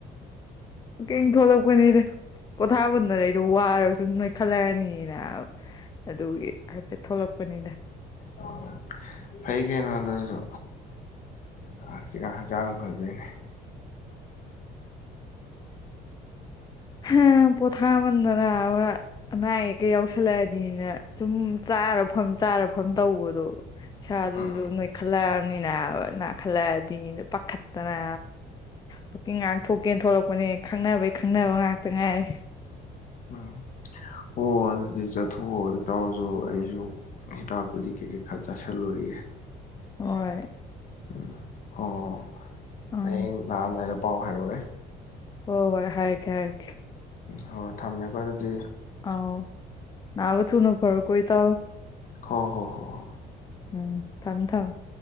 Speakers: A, on the left; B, on the left.
A: ꯋꯥꯛꯀꯤꯡ ꯊꯣꯛꯂꯛꯄꯅꯤꯗ ꯄꯣꯊꯥꯃꯟꯗꯅ ꯑꯩꯗꯣ ꯋꯥꯔꯕ ꯁꯨꯝ ꯅꯣꯏ ꯈꯜꯂꯛꯑꯅꯤꯅ ꯑꯗꯨꯒꯤ ꯍꯥꯏꯐꯦꯠ ꯊꯣꯛꯂꯛꯄꯅꯤꯗ
B: ꯑꯣ ꯐꯩ ꯀꯩꯅꯣ ꯑꯗꯨꯁꯨ ꯍꯥꯡꯆꯤꯠ ꯍꯛꯆꯥꯡ ꯐꯗꯣꯏꯅꯦ
A: ꯍ ꯄꯣꯊꯥꯃꯟꯗꯅꯕ ꯑꯅꯥ ꯑꯌꯦꯛꯀ ꯌꯥꯎꯁꯜꯂꯛꯑꯗꯤꯅ ꯁꯨꯝ ꯆꯥꯔꯐꯝ ꯆꯥꯔꯐꯝ ꯇꯧꯕꯗꯣ ꯏꯁꯥꯗꯨꯖꯨ
B: ꯎꯝ
A: ꯅꯣꯏ ꯈꯜꯂꯛꯑꯕꯅꯤꯅ ꯅꯥꯈꯜꯂꯛꯑꯗꯤ ꯄꯥꯈꯠꯇꯅ ꯋꯥꯀꯤꯡ ꯉꯥꯛꯊꯣꯛꯀꯦꯅ ꯊꯣꯛꯂꯛꯄꯅꯦ ꯈꯪꯅꯕꯩ ꯈꯪꯅꯕ ꯉꯥꯛꯇ ꯉꯥꯏꯔꯦ
B: ꯎꯝ ꯍꯣ ꯑꯗꯨꯗꯤ ꯆꯠꯊꯣꯛꯑꯣ ꯢꯇꯥꯎꯁꯨ ꯑꯩꯁꯨ ꯍꯤꯗꯥꯛ ꯒꯨꯂꯤ ꯀꯩ ꯀꯩ ꯈꯔ ꯆꯥꯁꯜꯂꯨꯒꯤꯒꯦ
A: ꯍꯣꯏ
B: ꯎꯝ ꯑꯣ
A: ꯎꯝ
B: ꯍꯌꯦꯡ ꯂꯥꯛꯑꯝꯗꯥꯏꯗ ꯄꯥꯎ ꯍꯥꯏꯔꯛꯑꯣꯍꯦ
A: ꯍꯣꯏ ꯍꯣꯏ ꯍꯥꯏꯔꯛꯀꯦ ꯍꯥꯏꯔꯛꯀꯦ
B: ꯑꯣ ꯊꯝꯃꯦꯀꯣ ꯑꯗꯨꯗꯤ
A: ꯑꯥꯎ ꯅꯥꯕ ꯊꯨꯅ ꯐꯔꯣꯀꯣ ꯢꯇꯥꯎ
B: ꯍꯣ ꯍꯣ ꯍꯣ ꯍꯣ
A: ꯎꯝ ꯊꯝ ꯊꯝ